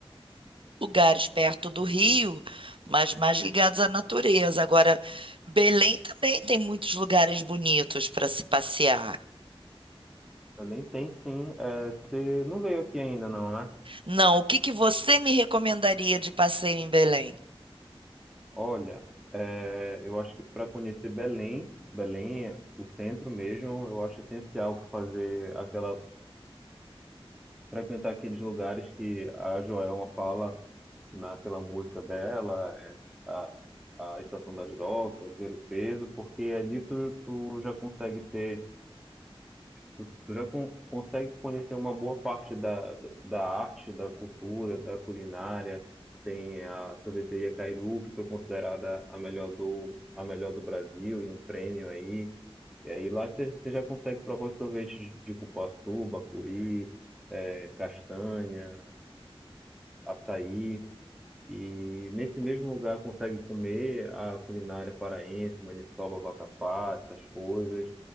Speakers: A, on the right (about 60°); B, in the centre.
A: lugares perto do Rio, mas mais ligados à natureza. Agora, Belém também tem muitos lugares bonitos para se passear.
B: Além tem sim, é, você não veio aqui ainda não, né?
A: Não, o que que você me recomendaria de passeio em Belém?
B: Olha, é, eu acho que para conhecer Belém, Belém, é o centro mesmo, eu acho essencial fazer aquela, frequentar aqueles lugares que a Joelma fala naquela música dela, é, a, a Estação das Docas, ver o peso, porque ali tu, tu já consegue ter Tu, tu já con- consegue conhecer uma boa parte da, da arte, da cultura, da culinária. Tem a sorveteria Cairu, que foi considerada a melhor do, a melhor do Brasil, e um prêmio aí. E aí lá você você já consegue provar os sorvetes de de cupuaçu, bacuri, eh, castanha, açaí. E nesse mesmo lugar consegue comer a culinária paraense, maniçoba, vatapá, essas coisas.